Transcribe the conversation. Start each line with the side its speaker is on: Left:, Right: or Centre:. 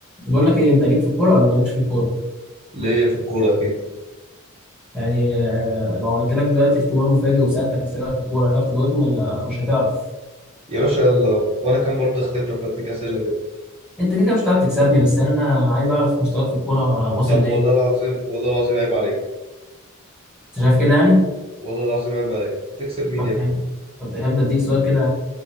Centre: بقول لك ايه انت ليك في الكوره ولا مالكش في الكوره
Right: ليا في الكورة أكيد
Centre: يعني آه، لو عملت لك دلوقتي اختبار مفاجئ وسالتك اسئله في الكوره هتعرف تجاوبني ولا مش هتعرف
Right: يا باشا يلا وأنا كان برضه أختبرك وأديك أسئلة كده
Centre: انت كده كده مش هتعرف تكسبني بس يعني انا عايز اعرف مستواك في الكوره واصل
Right: طب
Centre: لايه
Right: والله العظيم والله العظيم عيب عليك
Centre: انت شايف كده يعني
Right: والله العظيم عيب عليك تكسب مين
Centre: طب
Right: يا ابني
Centre: تحب طب تحب اديك سؤال كده